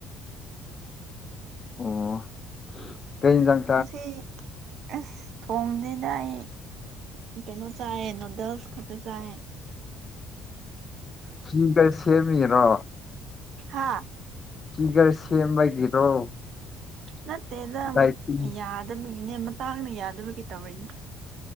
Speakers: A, on the left (about 35°); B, on the right (about 65°).
A: ꯑꯣ ꯀꯩꯟꯖꯥꯡ
B: ꯁꯤ ꯑꯁ ꯊꯣꯡꯁꯤꯗ ꯑꯩ ꯀꯩꯅꯣ ꯆꯥꯏ ꯅꯨꯗꯜꯁ ꯈꯛꯇ ꯆꯥꯏꯌꯦ
A: ꯍꯤ ꯀꯩ ꯁꯦꯝꯃꯤꯔꯣ
B: ꯍꯥ
A: ꯐꯤꯒꯔ ꯁꯦꯝꯕꯒꯤꯔꯣ
B: ꯅꯠꯇꯦꯗ
A: ꯗꯥꯏꯇꯤꯡ
B: ꯌꯥꯗꯕꯒꯤꯅꯦ ꯃꯇꯥꯡꯅ ꯌꯥꯗꯕꯒꯤ ꯇꯧꯔꯤꯅ